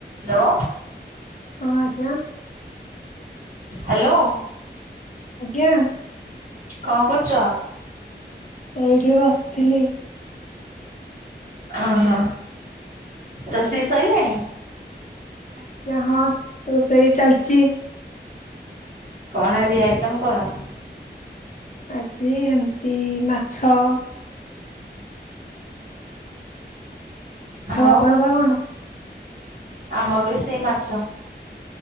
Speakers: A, on the right (about 45°); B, on the left (about 45°).
A: ହ୍ୟାଲୋ।
B: ହଁ ଆଜ୍ଞା
A: ହ୍ୟାଲୋ।
B: ଆଜ୍ଞା।
A: କଣ କରୁଛ?
B: ଏଇଠି ବସିଥିଲି।
A: ଅହୋ ରୋଷେଇ ସରିଲାଣି?
B: ଆଜ୍ଞା ହଁ ତ ସେଇ ଚାଲିଛି।
A: କଣ ଆଜି ଆଇଟମ କଣ?
B: ଆଜି ଏମତି ମାଛ ହଉ
A: ଆଉ
B: ଆପଣଙ୍କ କଣ?
A: ଆମର ସେଇ ମାଛ